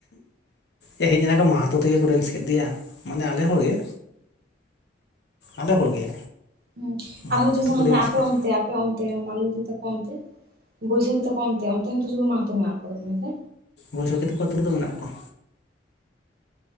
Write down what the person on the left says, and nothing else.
ᱮ ᱦᱮᱡ ᱮᱱᱟᱠᱚ ᱢᱟᱦᱚᱛᱳ ᱛᱮᱜᱮ ᱠᱚ ᱰᱮᱱᱥ ᱠᱮᱫ ᱫᱚᱭᱟ, ᱢᱟᱱᱮ ᱟᱞᱮ ᱦᱚᱲᱜᱮ᱾ ᱟᱞᱮ ᱦᱚᱲ ᱜᱮ
ᱢᱟᱦᱟᱛᱚ
ᱛᱮᱠᱚ
ᱰᱮᱱᱥ
ᱠᱮᱫ
ᱵᱟᱹᱭᱥᱟᱹᱠᱷᱤ ᱛᱚᱠᱚ ᱟᱹᱛᱩ ᱨᱮᱫᱚ ᱢᱮᱱᱟᱜ ᱠᱚᱣᱟ